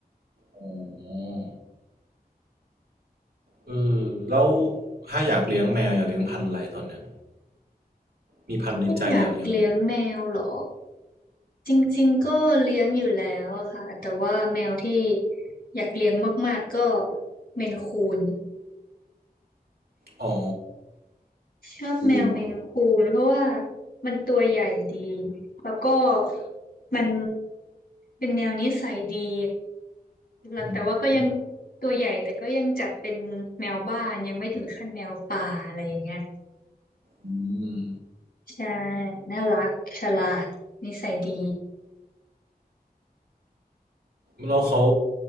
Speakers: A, on the right; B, on the left.
A: อ๋อเออแล้วถ้าอยากเลี้ยงแมวอยากเลี้ยงพันธุ์อะไรตอนเนี้ยมีพันธุ์ในใจอยากเลี้ยง
B: ไม่อยากเลี้ยงแมวเหรอจริงๆก็เลี้ยงอยู่แล้วอะค่ะแต่ว่าแมวที่อยากเลี้ยงมากๆก็เมนคูน
A: อ๋อ
B: ชอบแมวเมนคูนเพราะว่า
A: กูเหรอ
B: มันตัวใหญ่ดีแล้วก็มันเป็นแมวนิสัยดี หลักแต่ว่าก็ยัง
A: อืม
B: ตัวใหญ่แต่ก็ยังจัดเป็นแมวบ้านยังไม่ถึงขั้นแมวป่าอะไรอย่างเงี้ย
A: อืม
B: ใช่น่ารักฉลาดนิสัยดี
A: แล้วเขา